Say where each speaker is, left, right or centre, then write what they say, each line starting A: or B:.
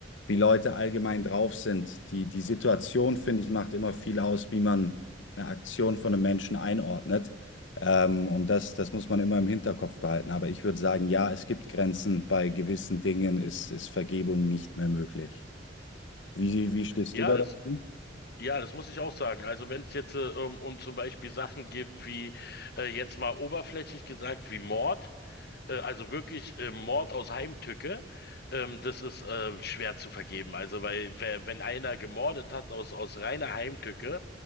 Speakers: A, on the left; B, on the left.
A: wie Leute allgemein drauf sind. Die, die Situation, finde ich, macht immer viel aus, wie man eine Aktion von einem Menschen einordnet. Ähm, und das, das muss man immer im Hinterkopf behalten. Aber ich würde sagen, ja, es gibt Grenzen. Bei gewissen Dingen ist, ist Vergebung nicht mehr möglich. Wie, wie stehst
B: Ja,
A: du da
B: das.
A: dazu?
B: Ja, das muss ich auch sagen. Also wenn es jetzt äh, um, um zum Beispiel Sachen gibt wie äh, jetzt mal oberflächlich gesagt wie Mord, äh, also wirklich äh, Mord aus Heimtücke, ähm, das ist äh, schwer zu vergeben. Also weil wer, wenn einer gemordet hat aus aus reiner Heimtücke,